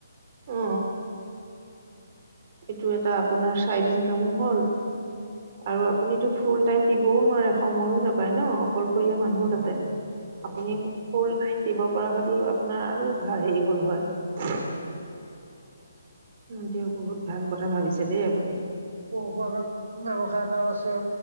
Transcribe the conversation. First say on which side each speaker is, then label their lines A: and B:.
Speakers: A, on the right; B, on the right.
A: অ এইটো এটা আপোনাৰ চাইড ইনকামো হল, আৰু আপুনিটো ফুল টাইম দিবও নোৱাৰে, সময়ো নাপায় নহ। অকলশৰীয়া মানুহ
B: উম
A: তাতে,
B: উম উম
A: আপুনি
B: উম
A: ফু ফুল টাইম দিব পৰা হলে। টো আপোনাৰ আৰু ভালেই হ'ল হয়। অক্ষ দিয়ক বহুত ভাল কথা ভাবিছে দেই আপুনি।
B: পহপত ব্যৱসায় এটাও আছে।